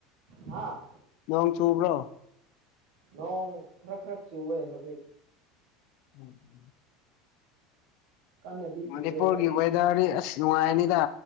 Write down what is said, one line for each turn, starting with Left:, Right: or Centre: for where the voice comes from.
Right: ꯍꯥꯥ
Left: ꯅꯣꯡꯆꯨꯕ꯭ꯔꯣ
Right: ꯅꯣꯡ ꯈꯔ ꯈꯔ ꯆꯨ ꯑꯦ ꯍꯧꯖꯤꯛ
Left: ꯎꯝ ꯎꯝ
Right: ꯀꯟꯅꯗꯤ
Left: ꯃꯅꯤꯄꯨꯔꯒꯤ
Right: ꯆꯨꯗꯦ ꯑꯗꯣ
Left: ꯋꯦꯗꯔꯗꯤ ꯑꯁ ꯅꯨꯡꯉꯥꯏꯅꯤꯗ